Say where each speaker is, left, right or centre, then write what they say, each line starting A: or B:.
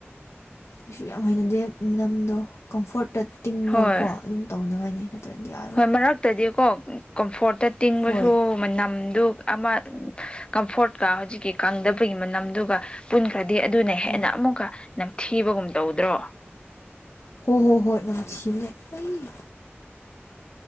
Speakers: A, on the left; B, on the left.
A: ꯀꯩꯁꯨ ꯌꯥꯝ ꯍꯩꯅꯗꯦ ꯂꯝꯗꯣ ꯀꯝꯐ‌ꯣꯔ꯭ꯠꯇ ꯇꯤꯡꯉꯒꯀꯣ
B: ꯍꯣꯏ
A: ꯑꯗꯨꯝ ꯇꯧꯅꯉꯥꯏꯅꯤ ꯅꯠꯇ꯭ꯔꯗꯤ ꯌꯥꯔꯔꯣꯏ
B: ꯍꯣꯏ ꯃꯔꯛꯇꯗꯤꯀꯣ ꯀꯝꯐꯣꯔꯠꯇ ꯇꯤꯡꯕꯁꯨ
A: ꯍꯣꯏ
B: ꯃꯅꯝꯗꯨ ꯑꯃ ꯀꯝꯐꯣꯔꯠꯀ ꯍꯧꯖꯤꯛꯀꯤ ꯀꯪꯗꯕꯒꯤ ꯃꯅꯝꯗꯨꯒ ꯄꯨꯟꯈ꯭ꯔꯗꯤ ꯑꯗꯨꯅ ꯍꯦꯟꯅ
A: ꯍꯣꯏ
B: ꯑꯃꯨꯛꯀ ꯅꯝꯊꯤꯕꯒꯨꯝ ꯇꯧꯗ꯭ꯔꯣ
A: ꯍꯣꯏ ꯍꯣ ꯍꯣꯏ ꯅꯨꯝꯊꯤꯕꯅꯦ ꯑꯩ